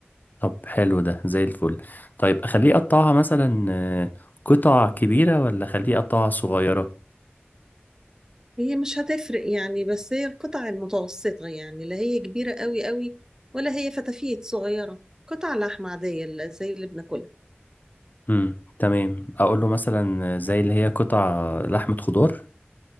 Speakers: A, on the left; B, on the right.
A: طب حلو ده زي الفل طيب اخليه يقطعها مثلا آه، قطع كبيرة ولا اخليه يقطعها صغيرة
B: هي مش هتفرق يعني بس هي القطع المتوسطة يعني لا هي كبيرة قوي قوي ولا هي فتافيت صغيرة قطع لحمة عادية اللي- زي اللي بناكلها
A: امم تمام اقول له مثلا آه، زي اللي هي قطع لحمة خضار